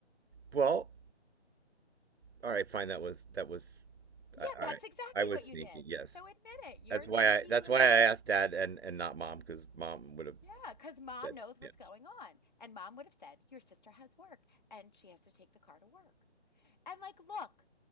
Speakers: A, on the right (about 65°); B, on the left (about 40°).
A: Well, all right, fine. That was that was.
B: Yeah,
A: Uh, all
B: that's
A: right,
B: exactly
A: I was
B: what you
A: sneaky.
B: did.
A: Yes,
B: So admit it. You're
A: that's
B: a
A: why
B: sneaky
A: I. That's
B: little.
A: why I asked Dad and and not Mom because Mom would have
B: Yeah, because mom
A: said,
B: knows what's
A: yeah.
B: going on. And mom would have said, Your sister has work and she has to take the car to work. And like, look,